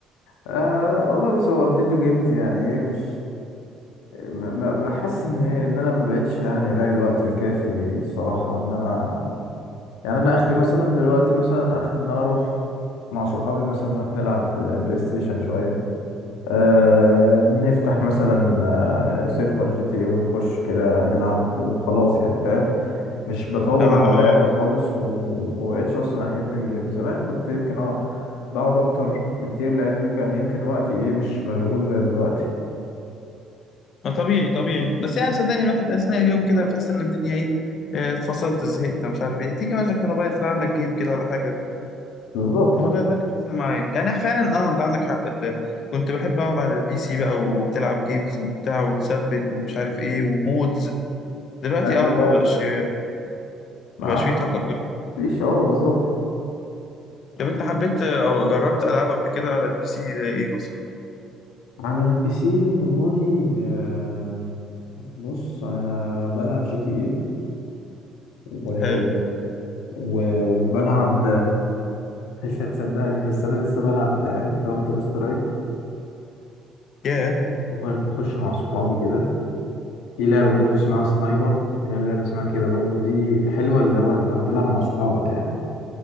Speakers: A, on the left; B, on the left.
A: آه والله بص هو الفيديو جيمز يعني ايه مش ما- ما- بحس ان هي ان انا ما بقتش يعني الاقي الوقت الكافي الصراحه ان انا يعني انا اخري مثلا دلوقتي مثلا اخري ان انا اروح مع صحابي مثلا نروح نلعب بل- بلاي ستيشن شوية أه نفتح مثلا آه، سيرفر جي تي ايه ونخش كده نلعب وخلاص يعني فاهم مش بطول
B: اه
A: على لعبة خالص و- ومبقتش أصلا أحب الجيم زمان كنت يمكن اه بقعد أكتر بكتير لأن كان يمكن وقتي ايه مش مشغول زي دلوقتي
B: ما طبيعي طبيعي بس يعني صدقني الواحد اثناء اليوم كده بتحس ان الدنيا ايه آه، اتفصلت زهقت مش عارف ايه تيجي مثلا الموبايل تلعب لك جيم كده ولا حاجه
A: بالظبط
B: ما هو ده ده اللي بيحصل معايا يعني فعلا اه انت عندك حق ال- كنت بحب اقعد على البي سي بقى وبتلعب جيمز وبتاع وتثبت ومش عارف ايه ومودز دلوقتي
A: ايوه
B: اه ما بقاش
A: ما
B: مبقاش فيه طاقة كل
A: حدش اه بالظبط
B: طب أنت حبيت أو جربت ألعاب قبل كده على البي سي زي إيه مثلا؟
A: على البي سي والله آه، بص انا بلعب جي تي اي و...
B: حلو
A: و... وبلعب مش هتصدقني بس انا لسه بلعب كاونتر سترايك
B: ياه
A: بنخش مع صحابي كده في لعبه برضو اسمها سنايبر هي لعبه اسمها كده برضو دي حلوه اللي هو لو هتلعب مع صحابك يعني